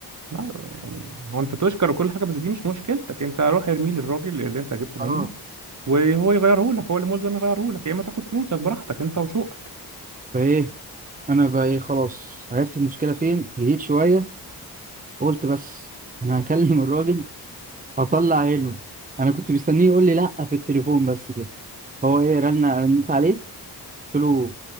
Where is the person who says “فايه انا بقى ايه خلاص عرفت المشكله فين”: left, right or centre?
Right